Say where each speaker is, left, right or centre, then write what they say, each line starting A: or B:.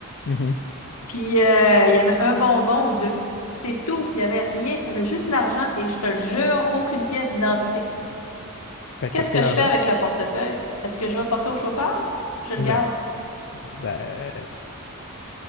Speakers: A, on the left (about 55°); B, on the left (about 85°).
A: Mhm.
B: Puis euh, il y avait un bonbon ou deux. C'est tout. Il n'y avait rien. Il y avait juste l'argent et je te le jure, aucune pièce d'identité.
A: Fait que
B: Qu'est-ce
A: t'as pris
B: que
A: l'argent?
B: je fais avec le portefeuille? Est-ce que je vais le porter au chauffeur? Je le
A: Ben,
B: garde.
A: ben,